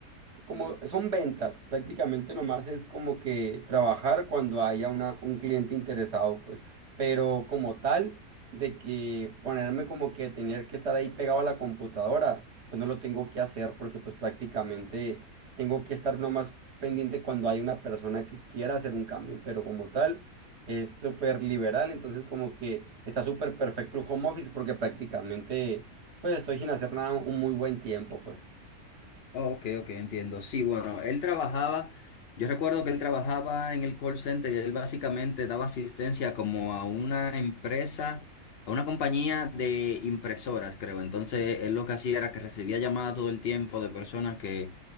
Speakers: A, on the right; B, on the left.
A: como son ventas, prácticamente nomás es como que trabajar cuando haya una, un cliente interesado, pues, pero como tal, de que ponerme como que tener que estar ahí pegado a la computadora, pues no lo tengo que hacer porque pues prácticamente tengo que estar nomás pendiente cuando hay una persona que quiera hacer un cambio, pero como tal es súper liberal, entonces como que está súper perfecto el home office porque prácticamente pues estoy sin hacer nada un muy buen tiempo, pues.
B: Oh, ok, ok, entiendo. Sí, bueno, él trabajaba, yo recuerdo que él trabajaba en el call center y él básicamente daba asistencia como a una empresa, a una compañía de impresoras, creo. Entonces, él lo que hacía era que recibía llamadas todo el tiempo de personas que